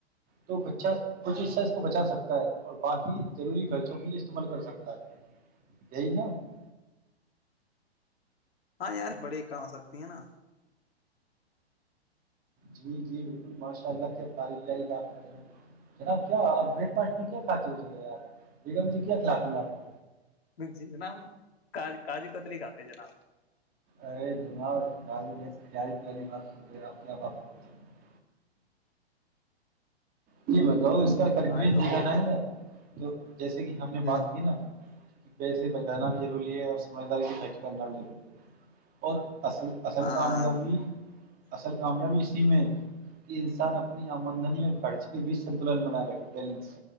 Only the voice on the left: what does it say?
ہاں یار بڑے کم آ سکتی ہیں نا <inaudible>
جی جناب کاج کاجو کتلی کھاتے جناب
آج تو
ہم ہوں
ہ
ہاں